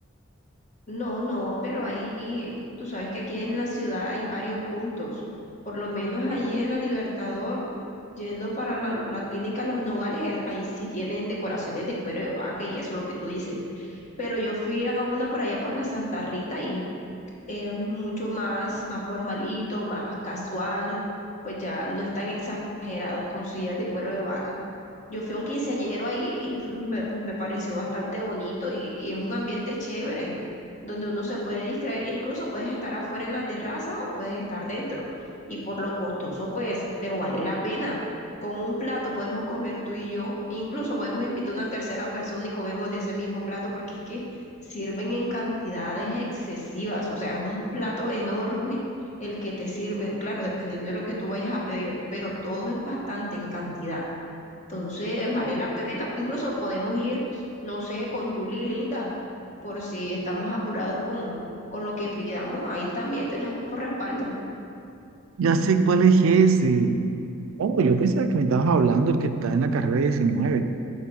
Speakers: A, on the left; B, on the right.
A: No, no, pero ahí tú sabes que aquí en la ciudad hay varios puntos, por lo menos allí en la Libertador. Yendo para la, la clínica Los Nogales, eh, ahí sí tienen decoraciones de cuero de vaca y eso es lo que tú dices. pero yo fui a una por allá por la Santa Rita y es mucho más, más formalito, más casual, pues ya no es tan exagerado con sillas de cuero de vaca. Yo fui a un quinceañero ahí y fue- me, pues me pareció bastante bonito y, y es un ambiente chévere, donde uno se puede distraer, e incluso puedes estar afuera en la terraza o puedes estar dentro. Y por lo costoso, pues, pero vale la pena. Con un plato podemos comer tú y yo, incluso podemos invitar a una tercera persona y comemos de ese mismo plato porque es que sirven en cantidades excesivas, o sea, es un plato enorme el que te sirven, claro, dependiendo de lo que tú vayas a pedir, pero todo es bastante en cantidad. Entonces, vale la pena, incluso podemos ir, no sé, con Julie y Linda, por si estamos apurados con, con lo que pidamos, ahí también tenemos respaldo.
B: Ya sé cuál es ese. Oh, yo pensaba que me estabas hablando el que está en la carrera diecinueve